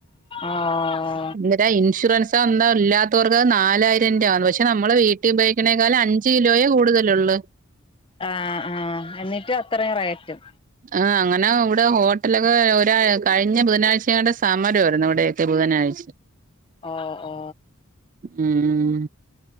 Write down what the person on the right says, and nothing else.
ഇന്തിര ഇൻഷുറൻസാ ന്താ ഇല്ലാത്തോർക്ക് നാലായിരം രുആന്ന് പക്ഷെ നമ്മള് വീട്ടി ഉപയോഗിക്കണേക്കാളും അഞ്ച് അഞ്ച് കിലോയേ കൂടുതലൊള്ള്
ആ അങ്ങനെ ഇവിടെ ഹോട്ടലൊക്കെ ഒരാ കഴിഞ്ഞ ബുധനാഴ്ച ആണ്ട് സമരമായിരുന്നു ഇവിടയൊക്കെ ബുധനാഴ്ച
ഉം